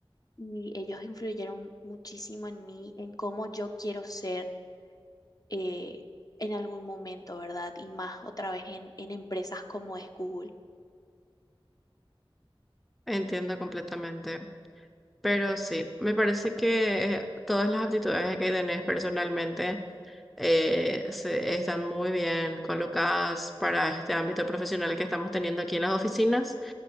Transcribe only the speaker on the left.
y ellos influyeron muchísimo en mí, en cómo yo quiero ser eh, en algún momento, ¿verdad? Y más otra vez en, en empresas como es Google.